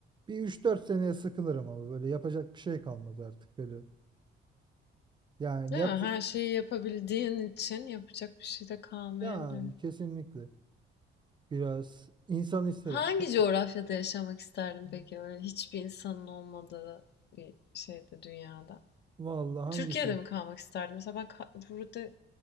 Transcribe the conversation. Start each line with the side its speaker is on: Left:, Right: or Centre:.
Right: bir üç dört seneye sıkılırım ama böyle yapacak bir şey kalmaz artık böyle. Yani
Left: Değil
Right: yat
Left: mi? Her şeyi yapabildiğin için yapacak bir şey de kalmayabilir.
Right: yani kesinlikle biraz insan isterim.
Left: Hangi
Right: Pe-
Left: coğrafyada yaşamak isterdin peki? Öyle hiçbir insanın olmadığı bir şeyde dünyada.
Right: Valla hangisini?
Left: Türkiye'de mi kalmak isterdim? Mesela ben ka- burada